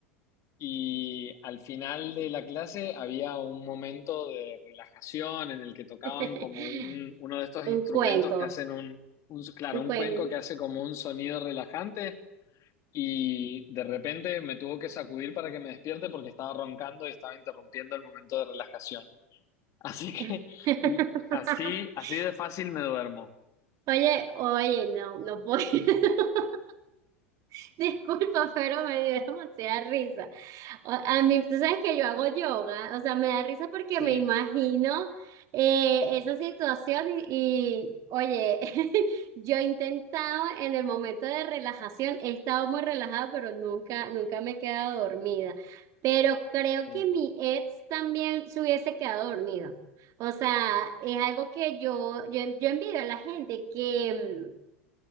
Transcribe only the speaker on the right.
<laughs>
Un
cuenco,
un
cuenco.
<laughs>
Oye, oye, no, no puedo. <laughs> <laughs> Disculpa, pero me dio demasiada risa. O- A mí, tú sabes que yo hago yoga, o sea, me da risa porque
me imagino eh, esa situación y, y, oye, <laughs> yo he intentado en el momento de relajación, he estado muy relajada, pero nunca, nunca me he quedado dormida. Pero creo
que mi ex también se hubiese quedado dormido. O sea, es algo que yo, yo, yo envidio a la gente que... mm,